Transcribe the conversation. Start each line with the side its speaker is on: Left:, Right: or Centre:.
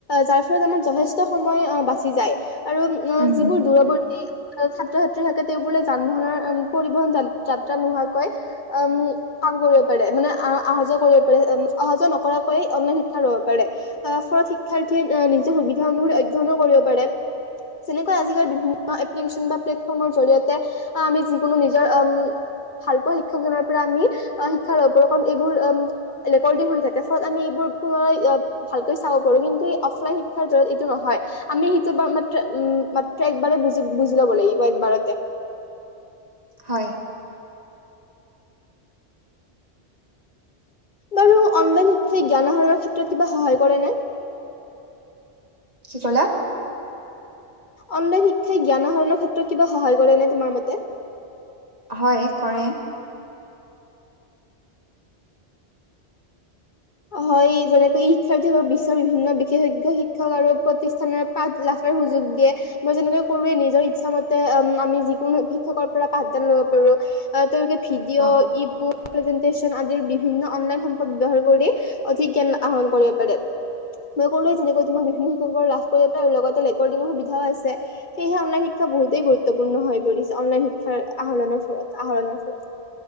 Left: যাৰ ফলত আমাৰ যথেষ্ট সময় বাচি যায়। আৰু ভিডিঅ'
Right: উম
Left: যিবোৰ দূৰৱৰ্তী।। ছাত্ৰ ছাত্ৰী থাকে তেওঁ বোলে যান বাহন পৰিবহন যাত্ৰা নোহোৱাকৈ উম কাম কৰিব।। পাৰে মানে আহা যোৱা কৰিব পাৰে মানে আহা যোৱা নকৰাকৈয় অনলাইন শিক্ষা লব পাৰে। ফলত শিক্ষাৰ্থীয়ে নিজৰ সুবিধা অনুসৰি অধ্যয়নো কৰিব পাৰে। যেনেকৈ আজিকালি বিভিন্ন এপ্লিকেশন বা প্লেটফৰ্মৰ জৰিয়তে আমি যিকোনো নিজৰ ভাল পোৱা শিক্ষকজনৰ পৰা আমি।। শিক্ষাৰ একৰকম এইবোৰ উম ৰেকৰ্ডিং হৈ থাকে। ফলত আমি এইবোৰ পুৰা ভালকৈ চাব পাৰোঁ। কিন্তু অফলাইন শিক্ষাৰ জৰি‌য়ত এইটো নহয়। আমি সেইটোৰ পৰা মাত্ৰ একবাৰতে বুজি লব লাগিব একবাৰতে।।
Right: হয়।
Left: বাৰু অনলান শিক্ষাই জ্ঞান আহৰণৰ ক্ষেত্ৰত কিবা সহায় কৰে নে?
Right: কি ক'লা?
Left: অনলাইন শিক্ষাই জ্ঞান আহৰণৰ ক্ষেত্ৰত কিবা সহায় কৰে নে? তোমাৰ মতে
Right: হয়, কৰে।
Left: হয় যেনেকৈ শিক্ষাৰ্থীসকল বিশ্বৰ বিভিন্ন বিশেষজ্ঞ শিক্ষক আৰু প্ৰতিষ্ঠানৰ পাঠ লাভাৰ সুযোগ দিয়ে। মই যেনেকে কৰোৱে নিজৰ ইচ্ছাামতে আমি যিকোনো শিক্ষকৰ পৰা পাঠদান লব পাৰোঁ। তেওঁলোকে।। ভিডিঅ
Right: অ
Left: ইবুক যেনে। ষ্টেচন আদিৰ বিভিন্ন অনলাইন সম্পদ ব্যৱহাৰ কৰি অধিক জ্ঞান আহৰণ কৰিব পাৰে মই ক'লোৱে চোন যেনেকৈ তোমাক বিভিন্ন শিক্ষকৰ লাভ কৰিব পাৰ, লগতে ৰেকৰ্ডিঙৰ সুবিধাও আছে, সেয়েহে অনলাইন শিক্ষা বহুতেই গুৰুত্বপূৰ্ণ হৈ পৰিছে অনলাইন শিক্ষাৰ আহৰণৰ ফলত, আহৰণৰ ফলত